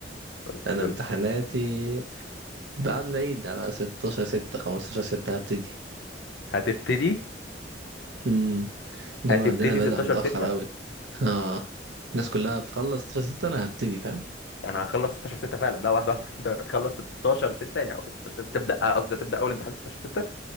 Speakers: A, on the left; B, on the right.
A: قول لي
B: انا
A: قول
B: امتحاناتي
A: لي
B: بعد العيد على 16 6 15 6 هبتدي
A: هتبتدي
B: امم الجامعة
A: هتبتدي
B: عندنا بدأ
A: 16
B: متأخر
A: 6
B: قوي اه الناس كلها بتخلص 16 6 انا هبتدي فاهم
A: انا هخلص 16 6 فعلا لا واحده واحده <laughs> انت هتخلص 16 6 يعني أو 16 6 تبدا قصدي هتبدا اول امتحان 16 6